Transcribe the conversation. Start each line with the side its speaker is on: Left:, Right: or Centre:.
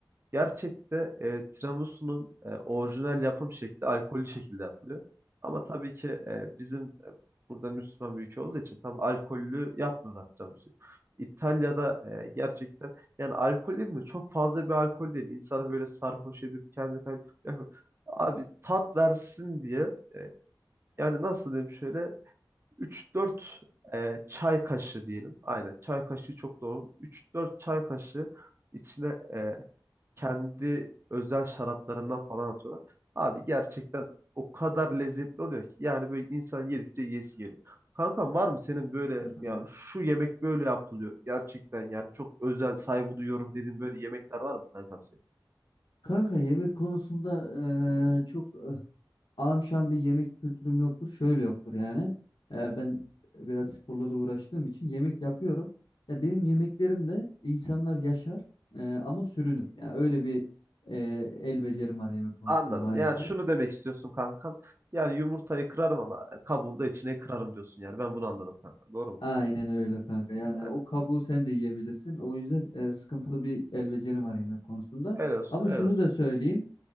Right: Gerçekte e, tiramisu'nun e, orijinal yapım şekli alkollü şekilde yapılıyor. Ama tabii ki e, bizim e, burada Müslüman bir ülke olduğu için tabii alkollü yapmıyorlar tiramisu'yu. İtalya'da e, gerçekten yani alkol dedim mi çok fazla bir alkol değil. İnsanı böyle sarhoş edip kendini kay- Ya, Abi tat versin diye e, yani nasıl diyeyim şöyle üç dört e, çay kaşığı diyelim. Aynen çay kaşığı çok doğru. Üç dört çay kaşığı içine e, kendi özel şaraplarından falan atıyorlar. Abi gerçekten o kadar lezzetli oluyor ki yani böyle insan yedikçe yesi geliyor. Kankam var mı senin böyle
Left: Katılıyorum.
Right: yani şu yemek böyle yapılıyor gerçekten yani çok özel saygı duyuyorum dediğin böyle yemekler var mı kankam senin?
Left: Kanka yemek konusunda eee, çok eh, Ağam şu an bir yemek kültürüm yoktur. Şöyle yoktur yani. Ee, ben biraz sporla da uğraştığım için yemek yapıyorum. Ya benim yemeklerim de insanlar yaşar e, ama sürünür. Yani öyle bir e, el becerim var yemek konusunda
Right: Anladım.
Left: maalesef.
Right: Yani şunu demek istiyorsun kankam. Yani yumurtayı kırarım ama kabuğunu da içine kırarım diyorsun yani. Ben bunu anladım kankam. Doğru mu?
Left: Aynen öyle kanka. Yani
Right: Yani
Left: o kabuğu sen de yiyebilirsin. O yüzden e, sıkıntılı bir el becerim var yemek konusunda.
Right: helal olsun,
Left: Ama
Right: helal
Left: şunu
Right: olsun.
Left: da söyleyeyim.